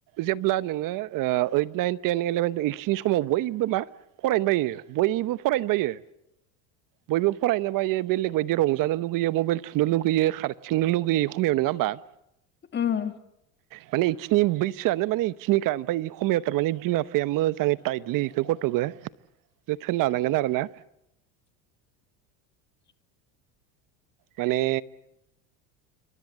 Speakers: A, on the right; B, on the left.
A: जेब्ला नोङो ओ ओइट, नाइन, टेन, इलेभेन, खिनि समाव बयबो मा फरायनोबायो बयबो फरायनोबायो।
B: <inaudible>
A: बयबो फरायनो बायो बेलेग बायदि रंजानो लुुबैयो मबाइल थुनो लुगैयो खारथिंनो लुगैयो खायाव नङा होमबा।
B: ओम
A: माने इखिनि बैसोआनो माने इखिनिखा ओमफ्राय इ समायाव थारमाने बिमा बिफाया मोजाङै टाइदलिखौ गथ' जोथोन लानांगोन आरोना।
B: <inaudible>
A: माने